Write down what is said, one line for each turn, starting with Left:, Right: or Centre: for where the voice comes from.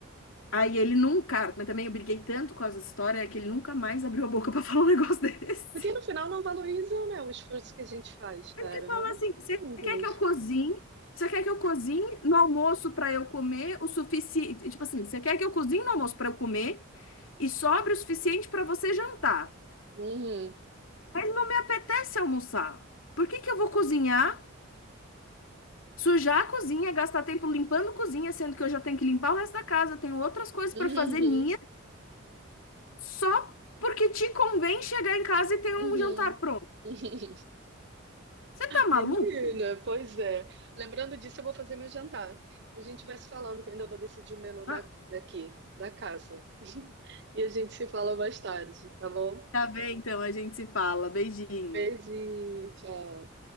Left: aí ele nunca, mas também eu briguei tanto com essa história que ele nunca mais abriu a boca <laughs> pra falar um negócio desse.
Right: Porque no final não valorizam, né, o esforço que a gente faz, cara.
Left: Aí Você fala
Right: Não é
Left: assim,
Right: assim
Left: você
Right: simples.
Left: quer que eu cozinhe? Você quer que eu cozinhe no almoço para eu comer o suficiente? Tipo assim, você quer que eu cozinhe no almoço para eu comer e sobre o suficiente para você jantar?
Right: Uhum,
Left: Mas não me apetece almoçar. Por que que eu vou cozinhar, sujar a cozinha, gastar tempo limpando cozinha, sendo que eu já tenho que limpar o resto da casa, tenho outras coisas
Right: uhum,
Left: para fazer minha, só porque te convém chegar em casa e ter
Right: uhum.
Left: um jantar pronto?
Right: <laughs>
Left: Você tá maluco?
Right: Menina, pois é. Lembrando disso, eu vou fazer meu jantar. A gente vai se falando, que eu ainda vou decidir o menu
Left: Ah,
Right: da, daqui, da casa. E a gente se fala mais tarde, tá bom?
Left: Tá bem, então, a gente se fala. Beijinho.
Right: Beijinho, tchau.